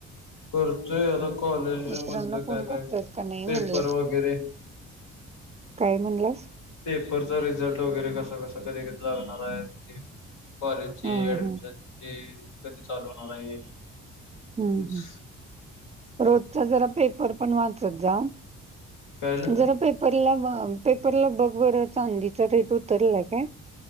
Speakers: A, on the left; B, on the right.
A: करतोय, आता कॉलेज
B: मित्रांना
A: मधलं
B: फोन
A: काय, काय,
B: करतोस का नाही म्हणलं?
A: पेपर वगैरे
B: काय म्हणलास?
A: पेपरचा रिझल्ट, वगैरे कसा, कसा, कधी, कधी, लागणार आहे, ते कॉलेजचे
B: हां,
A: ऍडमिशन
B: हां.
A: चे कधी चालू होणार आहे.
B: हं,
A: फिस
B: हं.
A: <unintelligible>
B: रोजचा जरा पेपर पण वाचत जा,
A: कळालं
B: जरा पेपरला पेपरला बघ बर चांदीचा रेट उतरलाय काय?